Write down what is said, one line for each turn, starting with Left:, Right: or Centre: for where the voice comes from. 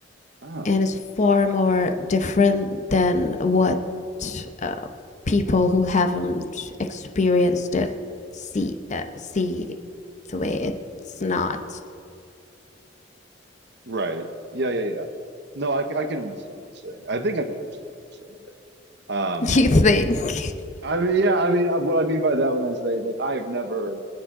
Right: Oh.
Left: and it's far
Right: Okay.
Left: more different than what uh, people who haven't experienced it see uh, see the way it's not.
Right: Right. Yeah, yeah, yeah. No, I, c- I can understand what you're saying. I think I can understand what you're saying. Um,
Left: You think? <laughs>
Right: I mean, yeah, I mean, what I mean by that when I say is like I've never